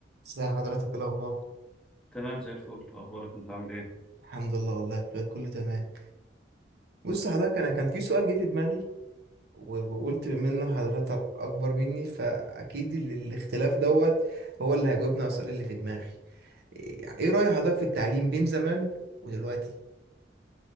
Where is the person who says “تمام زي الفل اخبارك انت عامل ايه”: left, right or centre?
Centre